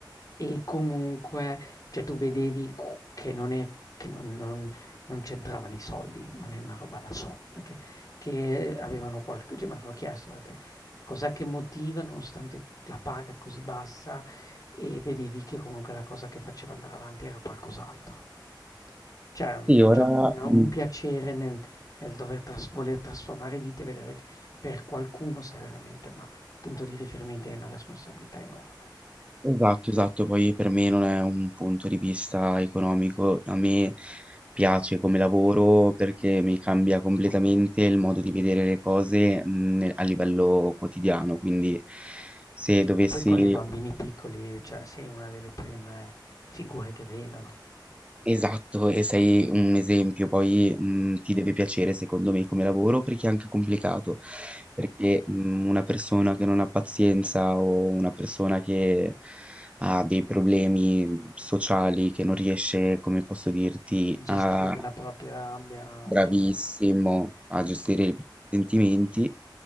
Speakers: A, on the left; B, on the right.
A: e comunque, cioè tu vedevi cu- che non è, che non, non- non c'entravano i soldi, non è una roba da soldi, che, che avevano qualche, cioè mi avevo chiesto eh, cos'è che motiva nonostante la paga così bassa e vedevi che comunque la cosa che faceva andare avanti era qualcos'altro. C'è una
B: Sì, ora
A: gio- una- un
B: mm,
A: piacere nel, nel dover tras- voler trasformare vite e vedere che per qualcuno sei veramente un punto di riferimento e una responsabilità enorme.
B: Esatto, esatto, poi per me non è un punto di vista economico, a me piace come lavoro perché mi cambia completamente il modo di vedere le cose mm, a livello quotidiano, quindi se dovessi
A: Ma poi con i bambini piccoli, cioè, sei una delle prime eh, figure che vedono.
B: Esatto, e sei un esempio, poi, mhmm, ti deve piacere secondo me come lavoro perché è anche complicato, perché, mhmm, una persona che non ha pazienza o una persona che ha dei problemi mhmm, sociali, che non riesce, come posso dirti,
A: Gestire
B: a
A: la propria rabbia
B: bravissimo,
A: o di...
B: a
A: Mm.
B: gestire i propri sentimenti,